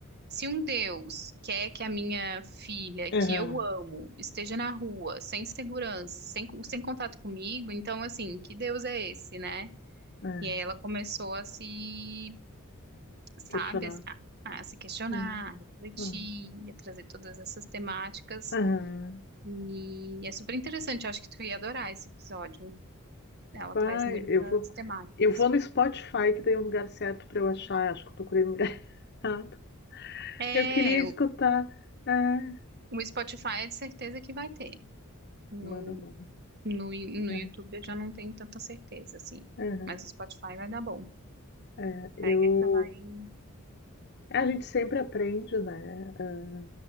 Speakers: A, on the right (about 50°); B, on the left (about 50°).
A: Se um Deus quer que a minha filha, que
B: Aham,
A: eu amo, esteja na rua, sem segurança, sem, sem contato comigo, então, assim, que Deus é esse, né?
B: é.
A: E aí ela começou a se, sabe,
B: Questionar.
A: a, a se questionar,
B: É.
A: a refletir,
B: Aham.
A: a trazer todas essas temáticas.
B: Aham.
A: E é super interessante, eu acho que tu ia adorar esse episódio. Ela
B: Vai,
A: traz muitas
B: eu vou.
A: temáticas.
B: Eu vou no Spotify, que daí é o lugar certo pra eu achar. Acho que eu procurei no lugar <laughs> errado.
A: É,
B: Eu queria
A: o
B: escutar. É.
A: o Spotify é de certeza que vai ter. no
B: Mano, mano.
A: No, Yu- no
B: É.
A: YouTube eu já não tenho tanta certeza, assim.
B: Aham.
A: Mas o Spotify vai dar bom.
B: É. Eu.
A: Pega que vai.
B: A gente sempre aprende, né? Ah,